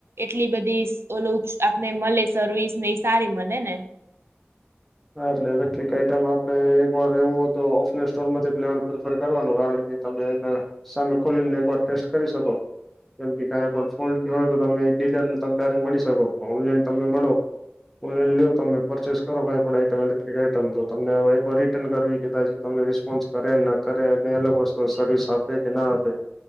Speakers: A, on the right; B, in the centre.
A: એટલી બધી ઓલ આપને મળે સર્વિસ ને એ સારી મળે ને.
B: હા એટલે ઇલેક્ટ્રિક આઈટમ આપડે એક વાર એવું હોય તો ઓફલાઈન સ્ટોર માં જ લેવાનું પ્રેફર કરવાનું કારણ કે. તમે એના સામે ખોલીને એકવાર ટેસ્ટ કરી શકો. કેમ કે કાંઈ પણ ફોલ્ટ હોય તો તમે ડીલરને તમે ડાયક્ટ મળી શકો ઓનલાઈન તમે મળો. ઓનલાઈન લ લો તમે પ પરચેસ કરો કાઈ. આઈટમ લેક્ટ્ર આઈટમ તો તમને એકર રિટર્ન કરવી કેાી તમને રિસ્પોન્સ કરેને. કરે અને અલગ વસ્તુ સર્વિસ આપે કે ના આપે.